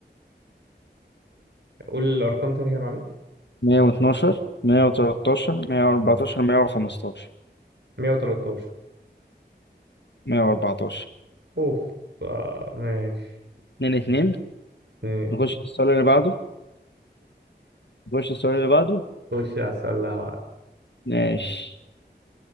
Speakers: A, on the right; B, on the left.
A: قول الأرقام تاني كده معلش
B: 112 113 114 115
A: 113
B: 114 114
A: اوف آه ماشي
B: 2 2
A: <laughs> إيه،
B: نخش السؤال اللي بعده نخش السؤال اللي بعده
A: خش على السلة بعد
B: ماشي